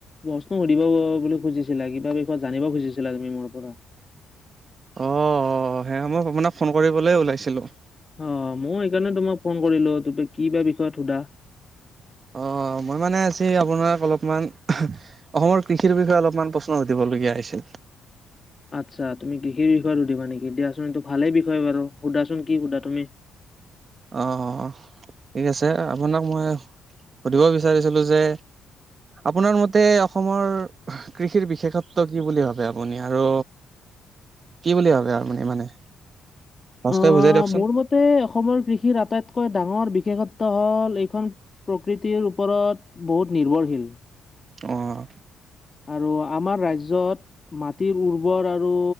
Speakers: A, on the left (about 30°); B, on the right (about 40°).
A: প্ৰশ্ন সুধিব বুলি খুজিছিলা কিবা বিষয়ত জানিব খুজিছিলা তুমি মোৰ পৰা
B: অহ সেই সময়ত মানে ফোন কৰিবলৈ ওলাইছিলো
A: অহ মই সেইকাৰণে তোমাক ফোন কৰিলো ত কি বা বিষয়ত সোধা
B: অহ মই মানে আজি আপোনাক অলপমান অসমৰ কৃষিৰ বিষয়ে অলপমান প্ৰশ্ন সুধিব লগীয়া আহিছিল
A: আচ্ছা তুমি কি কৃষি বিষয়ত সুধিবা নেকি দিয়াচোন এইটো ভালেই বিষয় বাৰু সুধাচোন কি সোধা তুমি
B: অহ ঠিক আছে আপোনাক মই সুধিব বিচাৰিছিলো যে আপোনাৰ মতে অসমৰ কৃষিৰ বিশেষ্যত্ব কি বুলি ভাবে আপুনি আৰু কি বুলি ভাবে আৰু মানে মানে সহজকৈ
A: অহ
B: বুজাই দিয়কচোন
A: মোৰ মতে অসমৰ কৃষিৰ আটাইত আটাইতকৈ ডাঙৰ বিশেষ্যত্ব হ'ল এইখন প্ৰকৃতিৰ ওপৰত বহুত নিৰ্ভৰশীল
B: অহ
A: আৰু আমাৰ ৰাজ্যত মাটিৰ উৰ্বৰ আৰু